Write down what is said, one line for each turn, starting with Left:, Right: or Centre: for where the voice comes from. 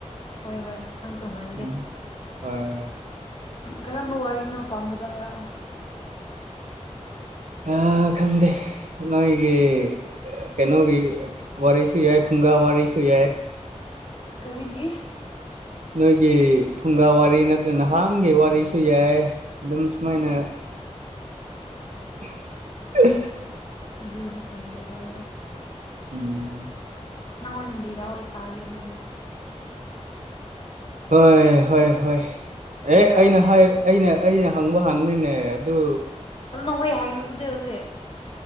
Left: ꯍꯣꯏ ꯍꯣꯏ ꯅꯪ ꯇꯣꯡꯍꯟꯒꯦ
Right: ꯎꯝ ꯍꯣꯏ ꯍꯣꯏ
Left: ꯀꯔꯝꯕ ꯋꯥꯔꯤꯅꯣ ꯑꯄꯥꯝꯕꯗꯣ ꯍꯥꯏꯔꯛꯑꯣ
Right: ꯑ ꯈꯪꯗꯦ ꯅꯣꯏꯒꯤ ꯀꯩꯅꯣꯒꯤ ꯋꯥꯔꯤꯁꯨ ꯌꯥꯏ ꯐꯨꯡꯒꯥ ꯋꯥꯔꯤꯁꯨ ꯌꯥꯏ
Left: ꯀꯔꯤꯒꯤ
Right: ꯅꯣꯏꯒꯤ ꯐꯨꯡꯒꯥ ꯋꯥꯔꯤ ꯅꯠꯇ꯭ꯔꯒ ꯅꯍꯥꯟꯒꯤ ꯋꯥꯔꯤꯁꯨ ꯌꯥꯏ ꯑꯗꯨꯝ ꯁꯨꯃꯥꯏꯅ <unintelligible>
Left: ꯑꯗꯨꯗꯤ ꯈꯪꯗꯦꯍꯦ
Right: ꯎꯝ
Left: ꯅꯪ ꯑꯣꯏꯅ ꯂꯤꯔꯥꯑꯣ ꯑꯣꯏꯇꯥꯒꯦ ꯑꯗꯨꯗꯤ
Right: ꯍꯣꯏ ꯍꯣꯏ ꯍꯣꯏ ꯑꯦ
Left: ꯂꯤꯔꯛꯑꯣ
Right: ꯑꯩꯅ ꯍꯥꯏ ꯑꯩꯅ ꯑꯩꯅ ꯍꯪꯕ ꯍꯥꯟꯅꯤꯅꯦ ꯑꯗꯨ
Left: ꯑꯗꯨ ꯅꯍꯣꯏ ꯍꯥꯏꯌꯨ ꯑꯗꯨꯗꯤ ꯍꯧꯖꯤꯛ